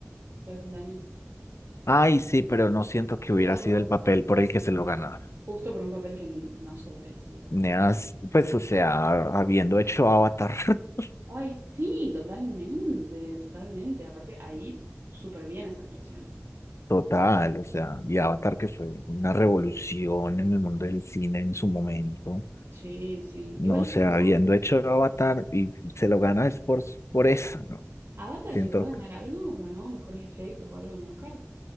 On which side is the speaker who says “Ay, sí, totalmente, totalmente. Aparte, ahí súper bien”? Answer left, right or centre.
Right